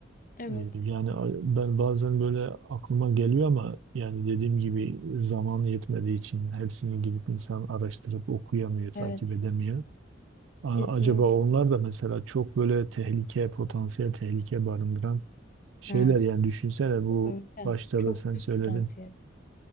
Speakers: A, on the left; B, on the right.
A: Evet.
B: E, yani a- ben bazen böyle aklıma geliyor ama yani dediğim gibi zaman yetmediği için hepsini gidip insan araştırıp okuyamıyor, takip
A: Evet.
B: edemiyor. A-
A: Kesinlikle.
B: acaba onlar da mesela çok böyle tehlike, potansiyel tehlike barındıran şeyler
A: Hı.
B: yani düşünsene bu
A: Öyle.
B: başta
A: Çok
B: da sen
A: büyük
B: söyledin
A: potansiyel.